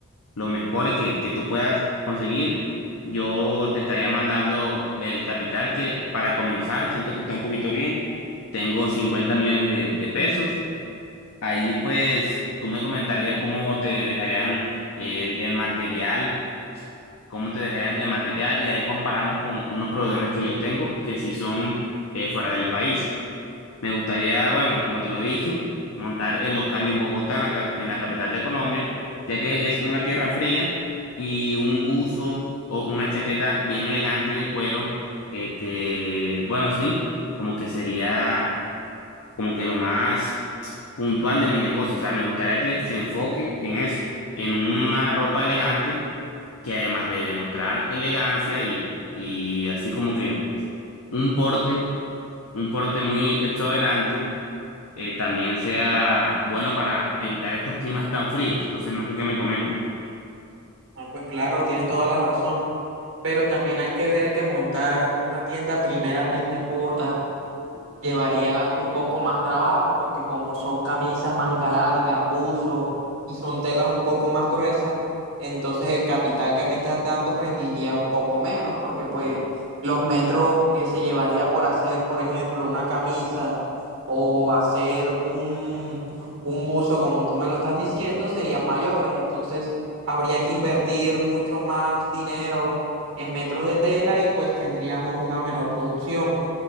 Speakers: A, on the left; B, on the right.
A: los mejores que, que tú puedas conseguir. Yo te estaría mandando el capital que para comenzar, siento que está un poquito bien. Tengo 50 millones de, de pesos. Ahí pues tú me comentarías cómo te dejarían el, el material, cómo te dejarían el material y ahí comparamos con unos proveedores que yo tengo que si son eh, fuera del país. Me gustaría, bueno, como te lo dije, montar el local en Bogotá, en la, cap- en la capital de Colombia, ya que es una tierra fría y un buzo o una chaqueta bien elegante de cuero, este, bueno, sí, como que sería como que lo más puntual de mi negocio. O sea, me gustaría que se enfoque en eso, en una ropa elegante que además de demostrar elegancia y, y así como que un porte, un porte muy exuberante eh, también sea bueno para evitar estos climas tan fríos. Entonces, no sé qué me comentas.
B: Ah, pues claro, tienes toda la razón, pero también hay que ver que montar una tienda primeramente en Bogotá llevaría un poco más trabajo porque como son camisas manga larga, buzo y son telas un poco más gruesas, entonces el capital que me estás dando rendiría un poco menos porque pues los metros que se llevaría por hacer, por ejemplo, una camisa o hacer un, un buzo como tú me lo estás diciendo serían mayores, entonces habría que invertir mucho más dinero en metros de tela y pues tendríamos una menor producción.